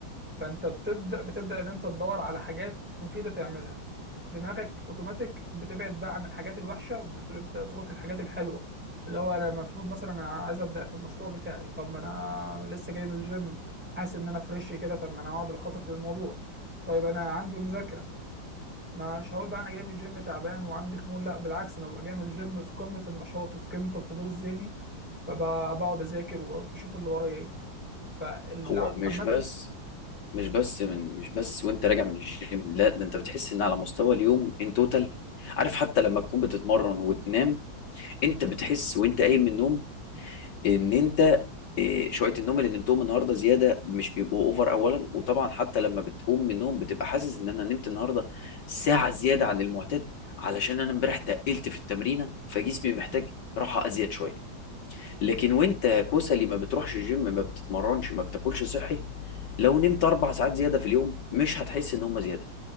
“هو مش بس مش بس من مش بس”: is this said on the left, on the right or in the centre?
Left